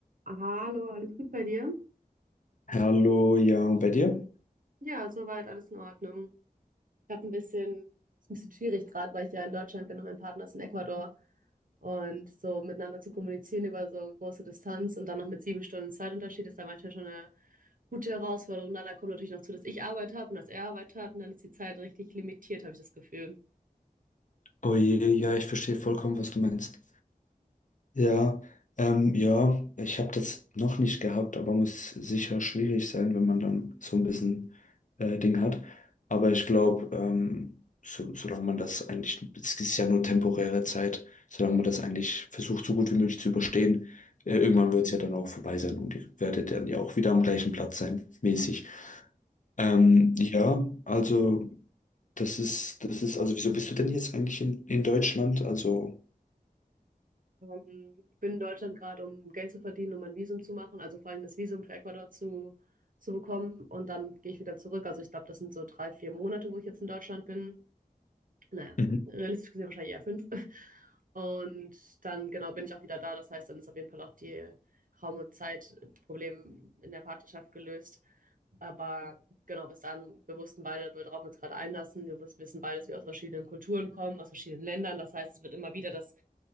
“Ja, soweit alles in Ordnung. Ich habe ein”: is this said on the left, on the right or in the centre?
Right